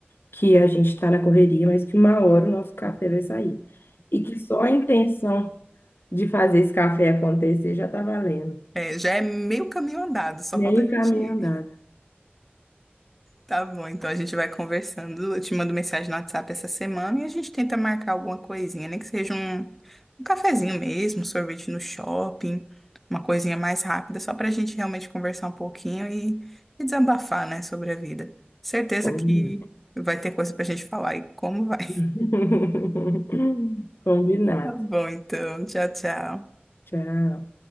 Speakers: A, on the left; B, in the centre.
A: que a gente está na correria, mas que uma hora o nosso café vai sair. E que só a intenção de fazer esse café acontecer já está valendo.
B: É, já é meio caminho andado, só
A: Meio
B: falta a gente
A: caminho
B: ir.
A: andado.
B: <laughs> Tá bom, então a gente vai conversando. Eu te mando mensagem no WhatsApp essa semana e a gente tenta marcar alguma coisinha, nem que seja um, um cafezinho mesmo, um sorvete no shopping, uma coisinha mais rápida, só pra gente realmente conversar um pouquinho e, e desabafar, né, sobre a vida. Certeza
A: Combinado.
B: que vai ter coisa pra gente falar e como vai.
A: <laughs>
B: <laughs>
A: Combinado.
B: Tá bom, então. Tchau, tchau.
A: Tchau.